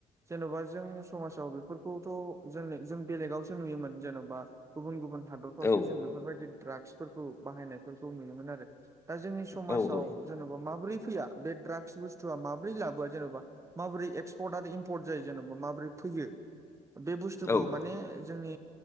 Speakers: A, on the right; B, on the left.
A: जेन'बा जों समाजाव बेफोरखौथ' जों जों बेलेगावसो नुयोमोन जेन'बा गुबुन गुबुन हादर <unintelligible>
B: औ
A: बेफोरबायदि द्रागसफोरखौ बाहायनायफोरखौ नुनो मोन आरो दा जोंनि समाजाव
B: औ औ
A: जेनेबा माबोरै फैया बे ड्राग्स बुस बुथुआ माबोरै लाबोआ जेनेबा माबोरै एक्सपर्ट आरो इम्पर्ट जायो जेनेबा माबोरै फैयो? बे बुस्थुखौ
B: औ
A: माने जोंनि